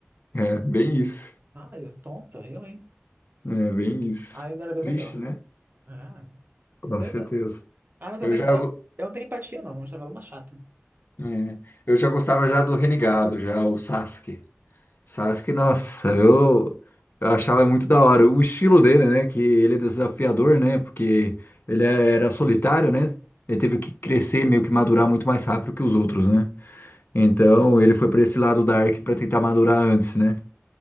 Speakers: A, on the left; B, on the right.
A: É, bem isso.
B: Ai, tonta, eu, hein?
A: É, bem isso.
B: A Ino era bem
A: Triste,
B: melhor.
A: né?
B: Ah,
A: Com
B: beleza.
A: certeza.
B: Ah, mas eu
A: Eu
B: não
A: já,
B: tenho, eu,
A: go-
B: eu não tenho empatia, não. Eu achava ela uma chata.
A: é, eu já gostava já do Renegado, já o Sasuke. Sasuke, nossa, eu, eu achava muito da hora. O estilo dele, né? Que ele é desafiador, né? Porque ele é, era solitário, né? Ele teve que crescer, meio que madurar muito mais rápido que os outros, né? Então ele foi pra esse lado dark Ark pra tentar madurar antes, né?